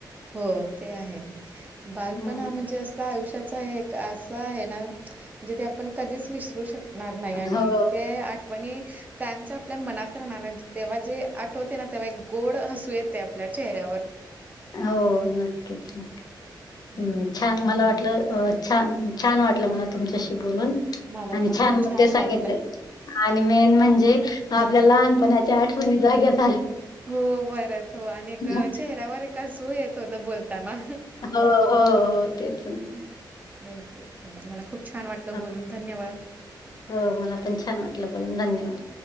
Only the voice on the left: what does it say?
हं
हो
हो, नक्कीच, नक्की्.
छान मला
वाटलं अ छान, छान वाटलं मला, तुमच्याशी बोलून.
आणि
छान
मुद्दे
सांगितले. आणि मेन म्हणजे आपल्या लहानपणाच्या आठवणी जाग्या झा
हो,
हो, हो, हो. ते <unintelligible>
हां.
हो, मला पण छान वाटलं बोलून. धन्यवाद!